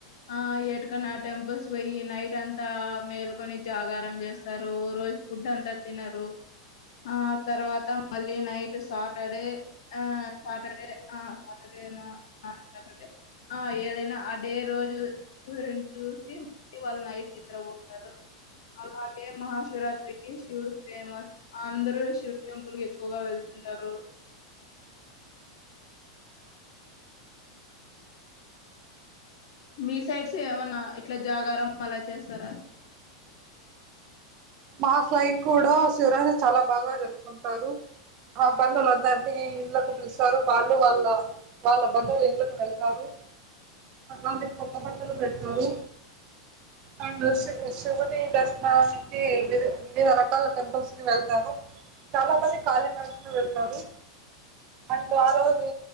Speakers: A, on the left; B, on the right.
A: ఆ ఏటికన్నా టెంపుల్స్ వోయి నైటంతా మేల్క్ కొని జాగారం జేస్తారు ఓ రోజు ఫుడ్ అంతా తినరు ఆ తర్వాత మళ్ళీ నైట్ సాటర్డే ఆ సాటర్డే ఆ సాటర్డేనా ఆ సాటర్డే ఆ ఏదైనా ఆ డే రోజు సూరిని చూసి మల్ వాళ్ళు నైట్ నిద్రవోతరు అలాగే మహాశివరాత్రికి శివుడు ఫేమస్ అందరు శివుడి టెంపుల్ కి క్కువగా వెళ్తుంటారు మీ సైడ్స్ ఏమన్నా ఇట్లా జాగారం అలా చేస్తారా
B: మా సైడ్ కూడ శివరాత్రి చాలా బాగా జరుపుకుంటారు వ పనులు వద్దండీ లకు పిలుస్తారు వాళ్ళు వాళ్ళ వాళ్ళ బంధువుల ఇండ్లకు వెళ్తారు అంది కొత్త బట్టలు పెడుతారు అండ్ శి శివున్ని దర్శ్ దానికి వీర్ వివిధ రకాల టెంపుల్స్ కి వెళ్తారు చాలా మంది కాళీనడకన వెళ్తారు అండ్ ఆ రోజు